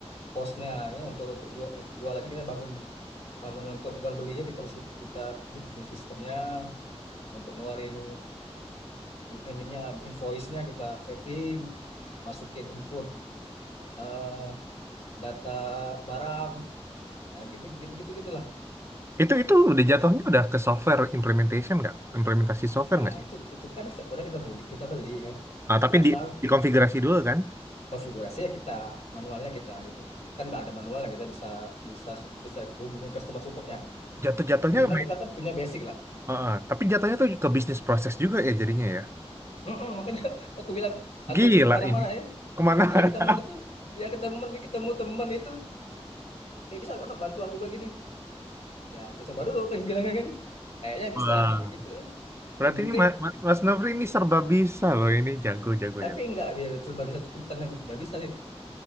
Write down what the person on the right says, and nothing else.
Itu itu udah jatuhnya udah ke software implementation nggak? Implementasi software
nggak sih?
Ah,
tapi
di dikonfigurasi dulu kan?
Jatuh-jatuhnya,
Ah, ah. tapi jatuhnya tuh ke bisnis proses juga ya jadinya ya.
Gila
ini.
Kemana?
<laughs>
Wah.
Berarti
ini Ma- Ma- Mas Nofri ini serba bisa loh ini jago jago
jago.